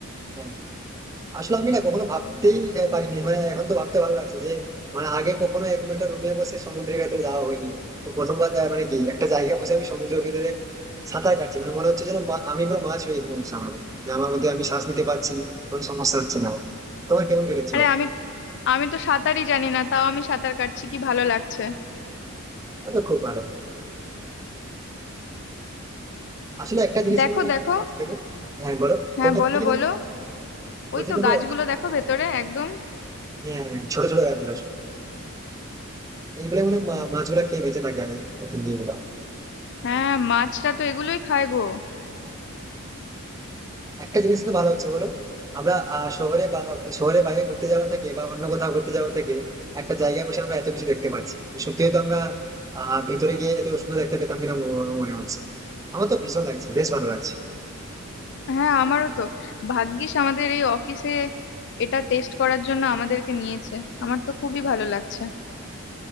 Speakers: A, on the right (about 15°); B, on the left (about 55°).
A: হ্যাঁ আসলে আমি না কখনো ভাবতেই আহ, পারিনি মানে এখন তো ভাবতে ভালো লাগছে যে মানে আগে কখনো এরকম একটা রুমে বসে সমুদ্রের ভেতরে যাওয়া হয়নি তো প্রথমবার আহ, মানে কি একটা জায়গায় বসে আমি সমুদ্রের ভেতরে সাঁতার কাটছি মানে মনে হচ্ছে যেন মা- আমি পুরো মাছ হয়ে গেছি মনে হচ্ছে আমার যে আমার মধ্যে আমি শ্বাস নিতে পারছি কোনো সমস্যা হচ্ছে না তোমার কেমন ফিল হচ্ছে
B: আরে
A: বলো?
B: আমি আমি তো সাঁতারই জানি না তাও আমি সাঁতার কাটছি কি ভালো লাগছে
A: আমার তো খুব ভালো আসলে একটা জিনিস
B: দেখো
A: কিন্তু আমি এখান
B: দেখো
A: থেকে পাচ্ছি দেখো হ্যাঁ বলো
B: হ্যাঁ
A: কোনটা
B: বলো
A: কি মনে
B: বলো
A: করি বলছি
B: ওই তো
A: দেখো
B: গাছগুলো দেখো ভেতরে একদম
A: হ্যাঁ হ্যাঁ, ছোট ছোট গাছগুলো আসলে এইগুলো মানে মা- মাছগুলো খেয়ে বেঁচে থাকে আমি ওখান দিয়ে এগুলো
B: হ্যাঁ মাছটা তো এগুলোই খায় গো
A: একটা জিনিস কিন্তু ভালো হচ্ছে বলো আমরা আহ, শহরে বা শহরে বাইরে ঘুরতে যাওয়া থেকে বা অন্য কোথাও ঘুরতে যাওয়া থেকে একটা জায়গায় বসে আমরা এত কিছু দেখতে পাচ্ছি সত্যি হয়তো আমরা আহ ভিতরে গিয়ে এত সুন্দর দেখতে পেতাম কিনা ম- মনে হচ্ছে আমার তো ভীষণ লাগছে বেশ ভালো লাগছে
B: হ্যাঁ আমারও তো ভাগ্যিস আমাদের এই অফিসে এটা টেস্ট করার জন্য আমাদেরকে নিয়েছে আমার তো খুবই ভালো লাগছে